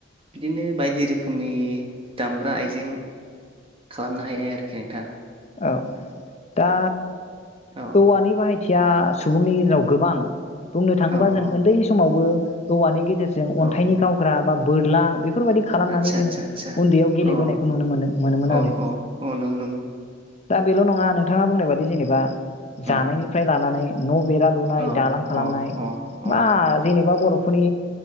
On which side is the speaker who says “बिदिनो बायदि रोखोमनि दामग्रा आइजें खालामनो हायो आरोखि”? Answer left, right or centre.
Right